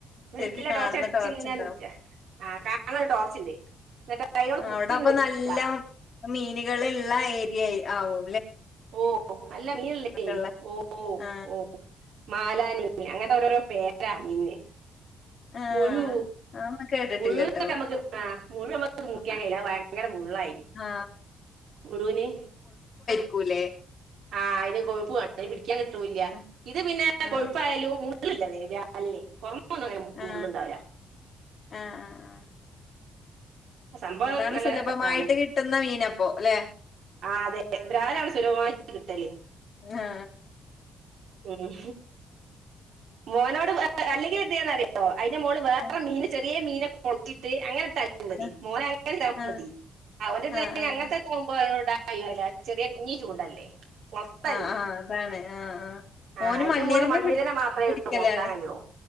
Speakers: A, on the right (about 75°); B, on the left (about 50°).
A: നല്ല
B: ശരിക്ക് കാണുന്ന
A: ടോർച്ച് അടിച്ച്
B: ടോർച്ചുണ്ടാവും
A: ഇങ്ങനെ നിക്ക ആ കാണ ടോർച്ചിണ്ട് കൈകോട്
B: ആ,
A: കുത്തിങ്ങട്ട്
B: അവിടെ അപ്പൊ
A: എടുക്കാ
B: നല്ല മീനുകളുള്ള ഏരിയ ആവോ
A: ഓ അല്ല മീനുള്ള ഏരിയ
B: ഉള്ള
A: ഓഓ
B: ആ
A: ഓ മാലാനി അങ്ങനത്തെ ഓരോ പേര് ആന്നെ
B: ആ
A: മുഴു
B: അതൊന്നും കേട്ടിട്ടില്ലട്ടോ
A: മുഴുവൊക്കെമുക്ക് മുഴു മുറിക്കാൻ
B: ആ
A: കഴയില്ല ഭയങ്കര മുള്ളായിന്
B: ആ
A: മുഴുന്
B: ഒക്കൂലേ
A: ആഹ് അതിന് കൊഴുപ്പ് വേണം അതിനെ പിടിക്കാൻ കിട്ടൂല്ല
B: ആ
A: ഇത് പിന്നെ
B: ആ
A: കൊഴപ്പായാലും റ <unintelligible> ങ്ങനെ
B: ആ
A: മുള്ളുണ്ടാവില്ല
B: ആ ആ ആ
A: സംഭവം
B: അതാണ്
A: നല്ല
B: സുലഭമായിട്ട്
A: ഇതാണ്
B: കിട്ടുന്ന മീനപ്പോ അല്ലെ
A: ആ അതെ ബ്രാലാണ് സുലഭമായിട്ട് കിട്ടല്
B: ഹാ
A: ഉം മോനോട് അല്ലെങ്കിൽ എന്തേണന്ന് അറിയോ അതിന് മോള് വേറെ
B: ആ
A: മീൻ ചെറിയ മീന് കൊട്ടിട്ട് അങ്ങനെ തല്ല് അതി
B: ആ
A: മോനെ അങ്ങനെതി
B: ആ.
A: അവൻ
B: ആഹ് ആഹ്
A: അങ്ങനത്തെകുമ്പോ ഇടാ അല്ലല്ല ചെറിയ കുഞ്ഞീ ചൂണ്ടല്ലേ കൊളത്തല്ലേ
B: ആഹ് ആഹ് അതാണ് ആഹ് ആ
A: ആ
B: ഓന്
A: അതിന്റെ
B: മണ്ണിരന്നും
A: മുകളിൽ മണ്ണിരനെ മാത്രമേ
B: പിടിക്കലാണ്
A: ഉള്ളൂ കൊളുത്താൻ കഴിയുള്ളൂ